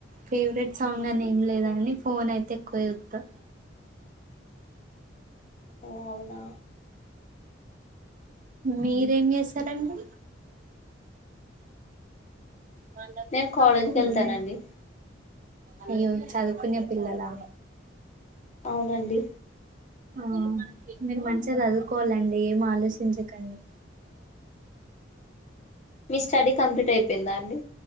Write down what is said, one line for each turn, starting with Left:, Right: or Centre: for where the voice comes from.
Right: ఫేవరెట్ సాంగ్ అని ఏం లేదంని ఫోన్ అయితే ఎక్కువ జూస్తా
Left: ఓ అవునా.
Right: మీరేం చేస్తారండీ మళ్ళ
Left: నేను కాలేజీకి
Right: తప్ప హ్మ్
Left: వెళ్తానండి
Right: అయ్యో చదువుకునే పిల్లలా
Left: అవునండి
Right: ఆ మీర్ మన్ చిగా చదువుకోవాలండి ఏం ఆలోచించకండి
Left: మీ స్టడీ కంప్లీట్ అయిపోయిందా అండి